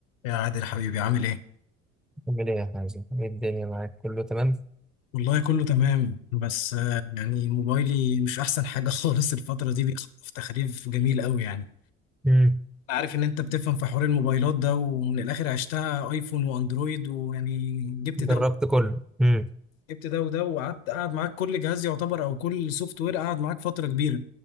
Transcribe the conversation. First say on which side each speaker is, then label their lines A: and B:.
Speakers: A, on the left; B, in the centre.
A: يا عادل حبيبي عامل ايه؟
B: عامل ايه يا حازم؟ ايه الدنيا معاك؟ كله تمام؟
A: والله كله تمام بس آه، يعني موبايلي مش احسن حاجة <laughs> خالص الفترة دي بيخطف تخريف جميل قوي يعني
B: امم
A: أنا عارف ان انت بتفهم في حوار الموبايلات ده ومن الاخر عشتها ايفون واندرويد ويعني جبت
B: جربت
A: ده
B: كله امم
A: جبت ده وده وقعدت قاعد معاك كل جهاز يعتبر او كل سوفت وير قاعد معاك فترة كبيرة